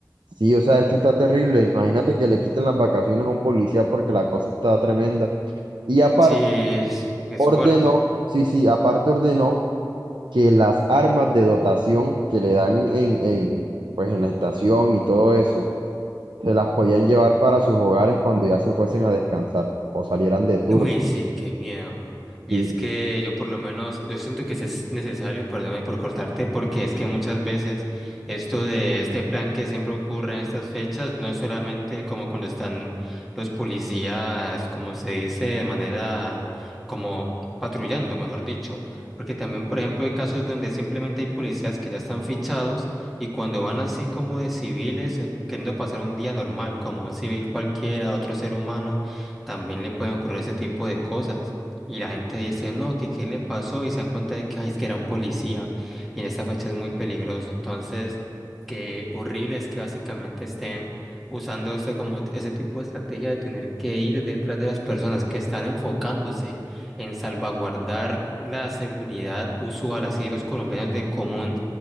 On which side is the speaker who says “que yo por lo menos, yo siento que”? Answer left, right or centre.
Centre